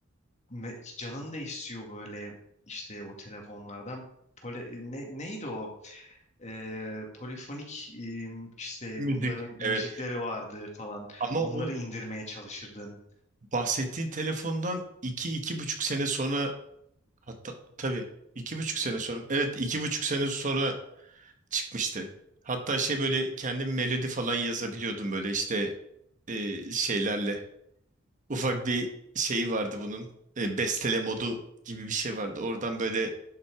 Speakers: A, on the left (about 35°); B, on the right (about 40°).
A: me- canın da istiyor böyle işte o telefonlardan Pole, ne, neydi o Ee, polifonik e, işte
B: Müzik.
A: bunların müzikleri
B: Evet.
A: vardı falan
B: Ama
A: onları
B: o
A: indirmeye çalışırdın
B: bahsettiğin telefondan iki iki buçuk sene sonra hatta tabii iki buçuk sene sonra evet iki buçuk sene sonra çıkmıştı. Hatta şey böyle kendim melodi falan yazabiliyordum böyle işte e, şeylerle. Ufak bir şeyi vardı bunun. E, bestele modu gibi bir şey vardı. Oradan böyle